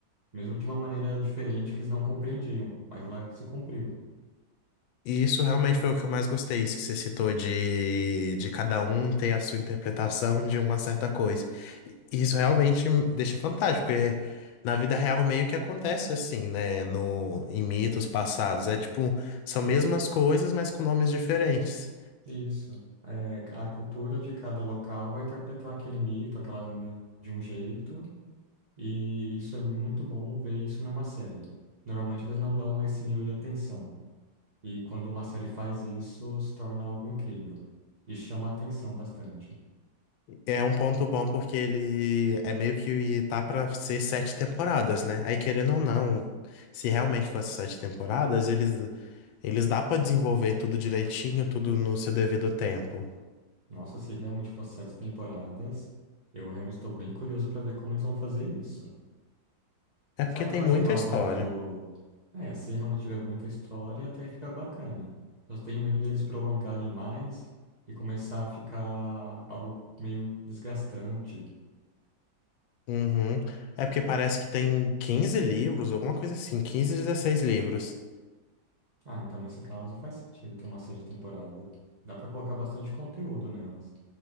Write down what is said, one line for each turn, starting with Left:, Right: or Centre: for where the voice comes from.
Right: mesmo de uma maneira diferente que eles não compreendiam, mas ela se cumpriu.
Left: E isso realmente foi o que eu mais gostei, isso que você citou de, de cada um ter a sua interpretação de uma certa coisa. E isso realmente me deixa fantástico, porque na vida real meio que acontece assim, né? No, em mitos passados. É tipo, são mesmas coisas, mas com nomes diferentes.
Right: Isso. É, a cultura de cada local vai interpretar aquele mito, aquela lenda de um jeito, e isso é muito bom ver isso numa série. Normalmente eles não dão esse nível de atenção, e quando uma série faz isso, se torna algo incrível e chama a atenção bastante.
Left: É um ponto bom porque ele é meio que tá pra ser sete temporadas, né? Aí querendo ou não, se realmente fosse sete temporadas, eles, eles dá pra desenvolver tudo direitinho, tudo no seu devido tempo.
Right: Nossa, se realmente fosse sete temporadas, eu realmente estou bem curioso para ver como eles vão fazer isso.
Left: É porque
Right: Será que
Left: tem
Right: não vai
Left: muita
Right: ficar algo
Left: história.
Right: muito. É, se realmente tiver muita história, até que fica bacana. Eu tenho medo deles prolongar demais e começar a ficar algo meio desgastante.
Left: Uhum. É porque parece que tem 15 livros, alguma coisa assim, 15, 16 livros.
Right: Ah, então nesse caso faz sentido ter uma série de temporada. Dá pra colocar bastante conteúdo nelas.